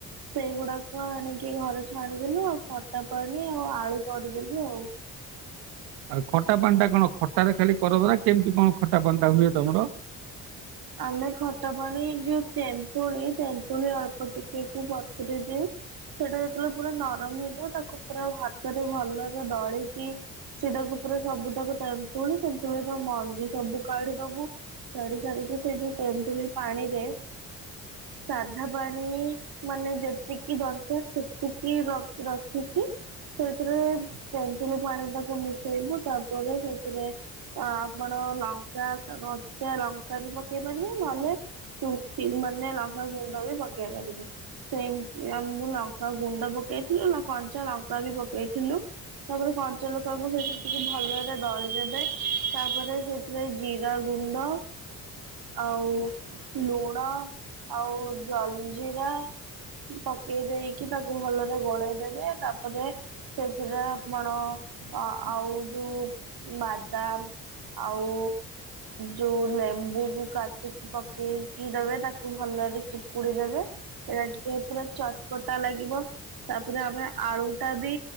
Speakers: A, on the right; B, on the right.
A: ସେଇଗୁଡାକ ଆଣିକି ଘରେ ଛୁଆଣିଦେଲୁ ଆଉ ଖଟା ପାଣି ଆଉ ଆଳୁ କରିଦେଲୁ ଆଉ।
B: ଆଉ ଖଟା ପାଣି ଟା କଣ ଖଟାରେ ଖାଲି କରବ ନା କେମିତି କଣ ଖଟା ପାଣିଟା ହୁଏ ତମର।
A: ଆମେ ଖଟା ପାଣି ଯଉ ତେନ୍ତୁଳି ତେନ୍ତୁଳି ଅଳ୍ପ ଟିକେ ବତ୍ରଇ ଦେଉ। ସେଇଟା ଯେତେବେଳେ ପୁରା ନରମ ହେଇଯିବ ତାକୁ ପୁରା ଭାତରେ ଭଲରେ ଦଳିକି ସେଟାକୁ ପୁରା ସବୁ ତାକୁ ତେନ୍ତୁଳି ତେନ୍ତୁଳିର ମଞ୍ଜି ସବୁ କାଢି ଦବୁ। କାଢି ସାରିକି ସେ ଯୋଉ ତନ୍ତୁଳି ପାଣିରେ ସାଧା ପାଣି ମାନେ ଯେତିକି ଦରକାର ସେତିକି ରଖିକି ସେଥିରେ ତେଞ୍ଚୁଲି ପାଣି ଟାକୁ ମିଶେଇବୁ ତାପରେ ସେଥିରେ ଆପଣ ଲଙ୍କା କଞ୍ଚା ଲଙ୍କା ବି ପକେଇ ପାରିବେ ନହେଲେ ଶୁଖି ମାନେ ଲଙ୍କା ଗୁଣ୍ଡ ବି ପକେଇ ପାରିବେ। ସେମତି ଆ ମୁଁ ଲଙ୍କା ଗୁଣ୍ଡ ପକେଇଥିଲୁ ନା କଞ୍ଚା ଲଙ୍କା ବି ପକେଇଥିଲୁ। ତାପରେ କଞ୍ଚା ଲଙ୍କା କୁ ସେଇଥିରେ ଟିକେ ଭଲରେ ଦଳିଦେବେ। ତାପରେ ସେଥିରେ ଜିରା ଗୁଣ୍ଡ ଆଉ ଲୁଣ ଆଉ ଜଲଜୀରା ପକେଇ ଦେଇକି ତାକୁ ଭଲରେ ଗୋଳେଇ ଦେବେ ତାପରେ ସେଥିରେ ଆପଣ ଆଉ ଯୋଉ ବାଦାମ ଆଉ ଯୋଉ ଲେମ୍ବୁ କାଟିକି ପକେଇକି ଦେବେ ତାକୁ ଭଲରେ ଚିପୁଡି ଦେବେ। ଏଇଟା ଟିକେ ପୁରା ଚଟପଟା ଲାଗିବ। ତାପରେ ଆମେ ଆଳୁ ଟା ବି